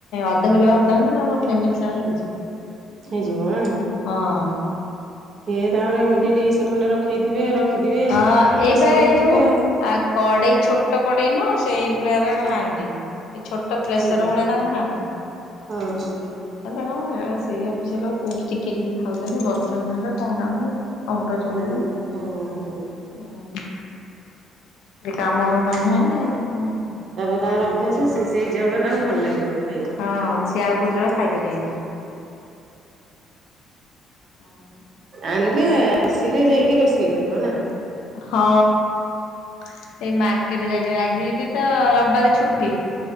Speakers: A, on the left; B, on the right.
A: ଅଧ କିଲୋ ଭାତ ଆଣ ଆମ ଫ୍ୟାମିଲି ସାରା ହେଇଯିବ।
B: ହେଇଯିବ ଆଁ।
A: ହଁ।
B: ସିଏ ତାଙ୍କର ଏମିତି ଡିଶି ଖଣ୍ଡେ ରଖେଇଥିବେ। ରଖିଥିବେ
A: ହଁ ଏଇପା
B: ବସେଇ
A: ଏଇ
B: ଦଉଥିବେ
A: ଯୋଉଁ
B: ଆଉ
A: କଡେଇ ଛୋଟ କଡେଇ ନୁହଁ। ସେଇ ଭଳିଆରେ
B: ହଁ
A: ହାଣ୍ଡି ଏଇ ଛୋଟ ପ୍ରେସର
B: ହାଣ୍ଡି
A: ଭଳିଆ ତାଙ୍କର ହାଣ୍ଡି।
B: ହଁ ହଁ।
A: ଏତେ କଣ ସେଇ ଅଫିସ କୋଉଁଠି ଟିକେ ଟିକେ ଖାଉଛନ୍ତି ବସୁଛନ୍ତି ହେଟେ କଣ କାମ କି। <unintelligible> ଚଲବ
B: ଆମର ହଁ ହଁ
A: ହୁଁ। ଏ କାମ ଧନ୍ଦା
B: ତାପରେ
A: ନାହିଁ ଆଉ କଣ କରିବେ?
B: ତାଙ୍କର ଅଭ୍ୟାସ ସେଇ ଚାଉଳ ତାଙ୍କୁ ଭଲ ଲାଗିବ। ଖାଇବାକୁ
A: ହଁ ସେ ଆଉ କୋଉଁ ଚାଉଳ ଖାଇପାରିବେନି। ହଁ।
B: ଆଣିଲେ ଆସିଲେ ଯାଇକି ରୋଷେଇ କରିବ ନା।
A: ହଁ ଏଇ ମାର୍କେଟ ଯାଇଛି ଆଜି ବି ତ ରବିବାର ଛୁଟି।